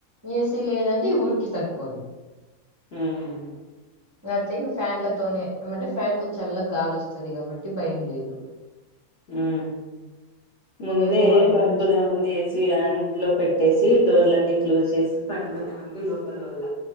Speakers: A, on the right; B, on the left.
A: ఏసి లేదంటే ఉడికి తట్టుకోలేమ్.
B: హ్మ్మ్
A: గట్లే ఫ్యాన్లతోనే ఏమంటే ఫ్యాన్, కొంచెం చల్లగా గాలి వస్తాది కాబట్టి భయం లేదు.
B: ఉమ్మ్ ముందే
A: మేము అన్నం
B: పడుకునే ముందే ఏసి అన్, లో పెట్టేసి డోర్లన్నీ క్లోజ్ చేసి, పడుకునే ముందు లోపల వల్ల.